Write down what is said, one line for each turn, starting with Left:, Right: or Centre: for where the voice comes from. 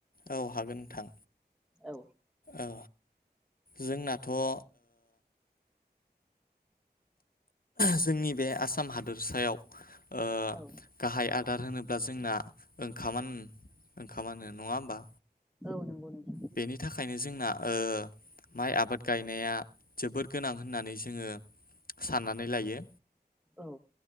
Left: औ हागोन नोंथां
Centre: औ
Left: औ। जोंनाथ' ओ। जोंनि। बे आसाम हादोरसायाव ओ
Centre: औ
Left: गाहाय आर्दार होनोब्ला जोंना ओंखाम ओंखामानो नङा होमबा?
Centre: औ नंगौ नंगौ।
Left: बेनि थाखायनो जोंना ओ माइ आबाद गायनाया जोबोद गोनां होननानै जोङो। साननानै लायो।
Centre: औ